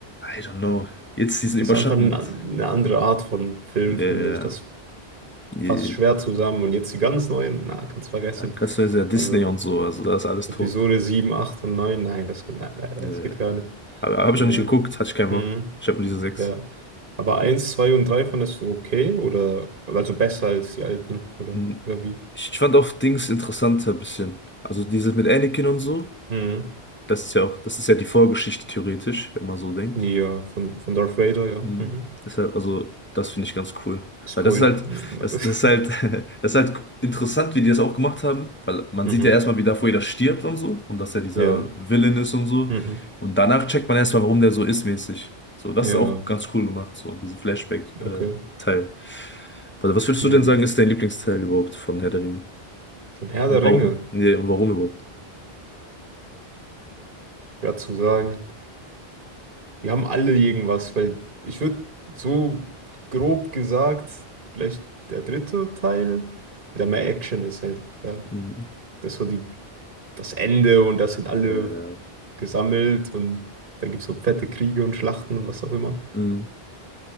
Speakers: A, on the left (about 15°); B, on the right (about 55°).
A: I don't know, jetzt diesen
B: Das
A: überschattend.
B: ist einfach ein, eine andere Art von Film,
A: Ja,
B: finde
A: ja,
B: ich. Das
A: ja.
B: passt schwer zusammen. Und jetzt die ganz neuen, na, kannst vergessen.
A: Ja, Ganz neu ist ja sehr Disney
B: Also
A: und so, also da ist alles
B: Episode
A: tot.
B: sieben acht und neun nein, das, nein, nein,
A: Nee.
B: das geht gar nicht.
A: Aber habe
B: Ja,
A: ich
B: ja.
A: auch nicht geguckt, hatte ich keinen
B: Mhm.
A: Bock. Ich habe nur diese sechs.
B: Ja. Aber eins 2 und 3 fandest du okay oder also besser als die alten oder,
A: Hm.
B: oder wie?
A: Ich, ich fand auch Dings interessanter ein bisschen. Also dieses mit Anakin und so.
B: Mhm.
A: Das ist ja auch, das ist ja die Vorgeschichte theoretisch, wenn man so denkt.
B: Ja, von, von Darth Vader, ja.
A: Mhm.
B: Mhm.
A: Deshalb, also, das finde ich ganz cool.
B: Spoiler.
A: Weil das ist halt,
B: <laughs>
A: das, das ist halt, <laughs> das ist halt interessant, wie die das auch gemacht haben, weil man
B: Mhm.
A: sieht ja erstmal, wie davor jeder stirbt und so, und dass er dieser
B: Ja.
A: Villain ist und so.
B: Mhm.
A: Und danach checkt man erstmal, warum der so ist, mäßig. So, das
B: Ja,
A: ist auch ganz cool gemacht, so, diese Flashback-Teil.
B: okay.
A: Warte, was würdest
B: Mhm.
A: du denn sagen, ist dein Lieblingsteil überhaupt von Herr der Ringe?
B: Von Herr
A: Und
B: der Ringe,
A: warum? Nee, und warum überhaupt?
B: ja zu sagen, die haben alle irgendwas, weil ich würde so grob gesagt, vielleicht der dritte Teil, der mehr Action ist halt. Da,
A: Mhm.
B: das ist so die, das Ende und das sind alle
A: Äh,
B: gesammelt und da gibt es so fette Kriege und Schlachten und was auch immer.
A: mhm.